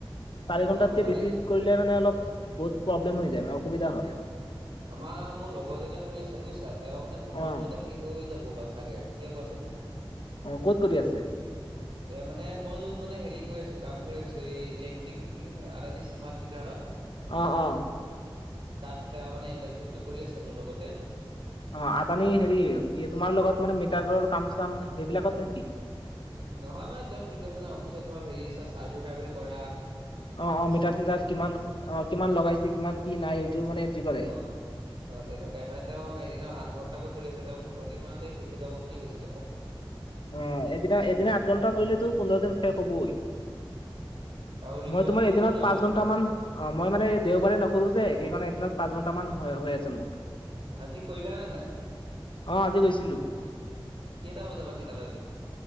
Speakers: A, on the left; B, on the right.
A: চাৰি
B: অ'
A: ঘন্টাতকে
B: মানে
A: বেছি কৰিলে মানে অলপ বহুত প্ৰব্লেম হৈ যায় মানে অসুবিধা হয় আৰু।
B: আমাৰ মোৰ লগৰজনে কৰি আছে বুজিছা তেওঁ মানে পোন্ধৰ
A: অ',
B: দিনতে শেষ হৈ যাব বা চাগে। এই কোৱাচোন।
A: অ', ক'ত কৰি আছে?
B: এ মানে মই যত মানে হেৰি কৰি আছো কাম কৰি আছো এই ইলেক্ট্ৰিক আদানী স্মাৰ্ট মিটাৰত।
A: অহ অহ।
B: তাত তেওঁ মানে ইণ্টাৰ্ণশ্বিপটো কৰি আছে মোৰ লগতে।
A: অ', আদানি হেৰি তোমাৰ লগত মানে মিটাৰৰ কাম চাম সেইবিলাকত নেকি?
B: নহয় মানে তেওঁ কি কৰে অফিচত ধৰ হেৰি চাৰ্ভে তাৰ্ভে কৰা।
A: অ', অ', মিটাৰ চিটাৰ কিমান অ' কিমান লগাইছে কিমান কি নাই। মানে এন্ট্ৰি কৰে।
B: অ', অ', তেনেকুৱাই মানে তেওঁ এদিনৰ আঠ ঘন্টাকৈ কৰি আছে তেওঁ। পোন্ধৰ দিন মানতে শেষ হৈ যাব বুলি কৈছিলে মোক।
A: অ', এদিনা এদিনা আঠ ঘণ্টা কৰিলেতো পোন্ধৰ দিন শেষ হ'বই।
B: উম। আৰু ৰিপৰ্টটো
A: মই তোমাৰ এদিনত
B: বনাব
A: পাঁচ ঘন্টা মান অ' মই মানে দেওবাৰে নকৰো যে। সেইকাৰণে এদিন পাঁচ ঘন্টা মান হৈ হৈ আছে মোৰ।
B: আজি কৰিলা নে নাই?
A: অ', আজি গৈছিলো।
B: কেইটা বজাৰ পৰা কেইটা